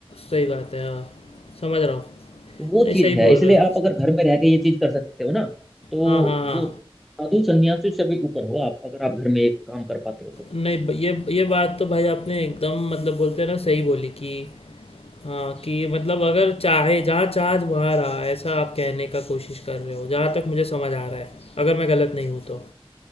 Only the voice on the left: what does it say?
सही बात है हाँ समझ रहा हूँ
नहीं
सही
बोल
रहे हो
हाँ हाँ हाँ
नहीं ब- ये ये बात तो भाई आपने एकदम मतलब बोलते हैं ना सही बोली कि हाँ कि मतलब अगर चाहे जहाँ चाह वहाँ रहा ऐसा आप कहने का कोशिश कर रहे हो जहाँ तक मुझे समझ आ रहा है अगर मैं गलत नहीं हूँ तो